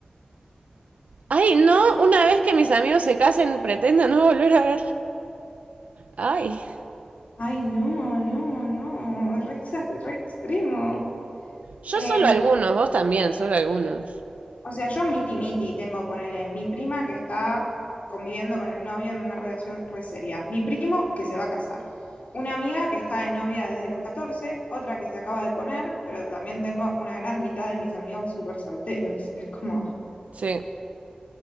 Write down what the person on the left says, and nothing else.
Ay, no, no, no, re, exa- re extremo.
Em,
O sea, yo miti miti tengo, ponele, mi prima que está conviviendo con el novio en una relación re seria, mi primo que se va a casar, una amiga que está de novia desde los 14, otra que se acaba de poner, pero también tengo una gran mitad de mis amigos súper solteros. Es como, no